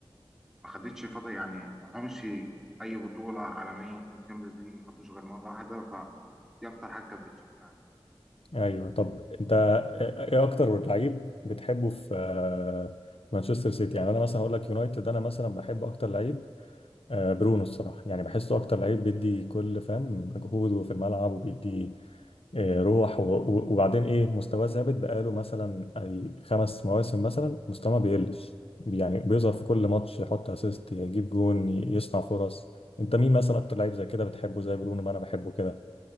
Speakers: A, in the centre; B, on the left.
A: ما خدتش فضل يعني ما خدتش أي بطولة عالمية مثلا الشامبيونز ليج ما خدوش غير مرة واحدة فدي أكتر حاجة كانت بتشجعني يعني.
B: ايوه طب انت آه، ايه اكتر لعيب بتحبه في آه، مانشستر سيتي يعني انا مثلا هقول لك يونايتد انا مثلا بحب اكتر لعيب آه، برونو الصراحه يعني بحسه اكتر لعيب بيدي كل فهم مجهوده في الملعب وبيدي إيه، روح و- و- وبعدين ايه مستواه ثابت بقاله مثلا اي خمس مواسم مثلا مستواه ما بيقلش يعني بيظهر في كل ماتش يحط اسيست يجيب جون ي- يصنع فرص انت مين مثلا اكتر لعيب زي كده بتحبه زي برونو ما انا بحبه كده